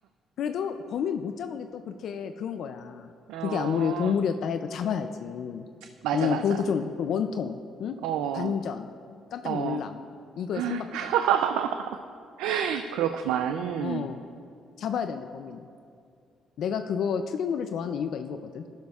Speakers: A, on the left; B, on the right.
A: 그래도 범인 못 잡은 게 또 그렇게 그런 거야.
B: <laughs> 어,
A: 그게 아무리 동물이었다 해도 잡아야지.
B: 맞아,
A: 어,
B: 맞아.
A: 그것도 좀 원통, 응?
B: 어,
A: 반전, 깜짝
B: 어.
A: 놀람, 이거의 삼박자.
B: <laughs> 그렇구만.
A: 어, 잡아야 된대, 범인을. 내가 그거 추리물을 좋아하는 이유가 이거거든.